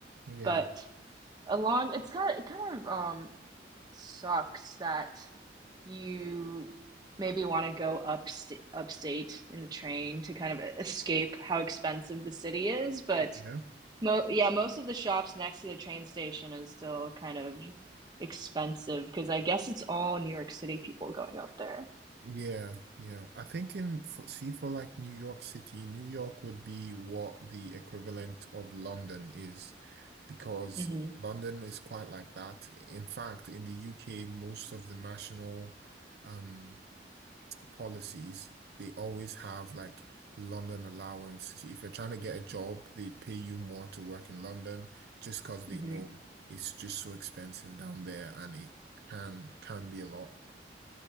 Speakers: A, on the right; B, on the right.
A: Yeah.
B: but along it's kind of it kind of um sucks that you maybe want to go upstate upstate in the train to kind of e-, escape how expensive the city is but
A: Yeah.
B: mo yeah most of the shops next to the train station is still kind of expensive because I guess it's all New York City people going up there
A: Yeah, yeah. I think in for, see for like New York City, New York would be what the equivalent of London is because
B: hmm
A: London is quite like that. In fact, in the UK, most of the national um policies, they always have like London allowance. If you're trying to get a job, they pay you more to work in London just because they
B: hmm
A: know it's just so expensive down there and it can can be a lot.